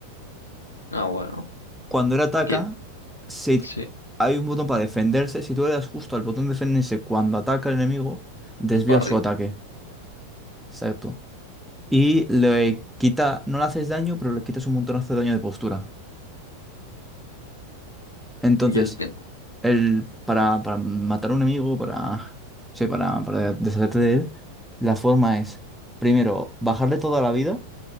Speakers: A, on the left (about 75°); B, in the centre.
A: Ah, bueno.
B: Cuando él ataca,
A: Y el-
B: si
A: Sí,
B: hay un botón para defenderse, si tú le das justo al botón de defenderse cuando ataca el enemigo, desvía
A: un parry.
B: su ataque. Exacto. Y le quita, no le haces daño, pero le quitas un montonazo de daño de postura. Entonces,
A: Y el tema.
B: el, para, para matar a un enemigo, para, sí, para, para deshacerte de él, la forma es, primero, bajarle toda la vida,